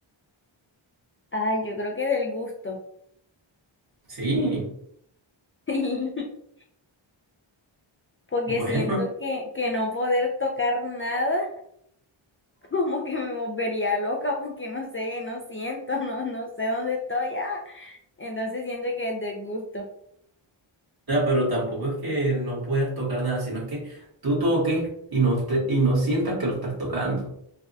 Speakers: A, on the left; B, on the right.
A: Ay, yo creo que del gusto,
B: Sí,
A: <laughs> porque
B: bueno,
A: siento que, que no poder tocar nada, <laughs> como que me volvería loca, porque no sé, no siento, no, no sé dónde estoy. ah. Entonces siento que es del gusto,
B: o sea, pero tampoco es que no puedas tocar nada, sino es que tú toques y no, te- y no sientas que lo estás tocando.